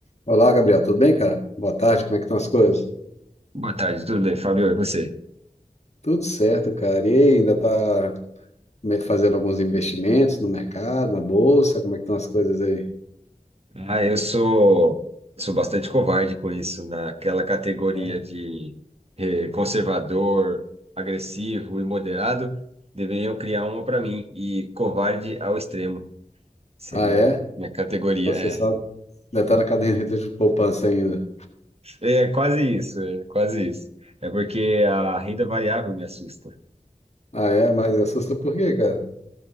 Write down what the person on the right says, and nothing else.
Boa tarde, tudo bem, Fábio? E você?
Ah, eu sou, sou bastante covarde com isso, naquela categoria
de eh, conservador, agressivo e moderado. Deveria eu criar uma para mim, e covarde ao extremo seria
minha categoria.
É,
é quase isso, é quase isso. É porque a renda variável me assusta.